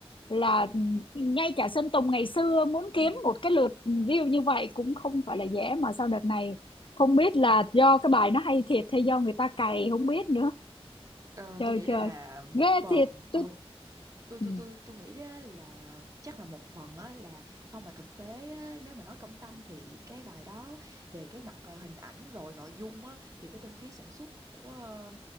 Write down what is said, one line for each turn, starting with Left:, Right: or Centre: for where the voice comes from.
Left: là ngay cả Sơn Tùng ngày xưa muốn kiếm
Right: Ừ.
Left: một cái lượt view như vậy cũng không phải là dễ mà sau đợt này không biết là do cái bài nó hay thiệt hay do người ta cày không biết nữa.
Right: Ờ,
Left: Trời
Right: tôi nghĩ
Left: trời,
Right: là một
Left: ghê
Right: phần.
Left: thiệt. Tôi
Right: Ừ, tôi
Left: Ừ.
Right: tôi tôi tôi nghĩ á, là chắc là một phần á, là không mà thực tế á, nếu mà nói công tâm thì cái bài đó về cái mặt ờ, hình ảnh rồi nội dung á, thì cái bên phía sản xuất của ờ,